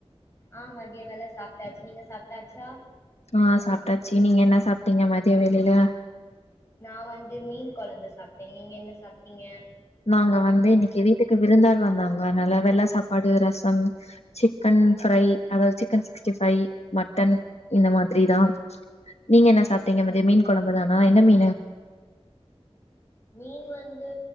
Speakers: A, on the left; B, on the left.
A: ஆ மதிய வேல சாப்ட்டாச்சு நீங்க சாப்ட்டாச்சா
B: ஆ சாப்ட்டாச்சு நீங்க என்ன சாப்ட்டீங்க மதிய வேலையில
A: நா வந்து மீன் கொழம்பு சாப்பிட்டே நீங்க என்ன சாப்ட்டீங்க
B: நாங்க வந்து இன்னைக்கு வீட்டுக்கு விருந்தாள் வந்தாங்க அதனால வெள்ள சாப்பாடு ரசம் சிக்கன் ஃப்ரை அதாவது chicken sixty five mutton இந்த மாதிரிதா நீங்க என்ன சாப்ட்டீங்க மதியோ மீன் கொழம்புதானா என்ன மீன்னு
A: மீன் வந்து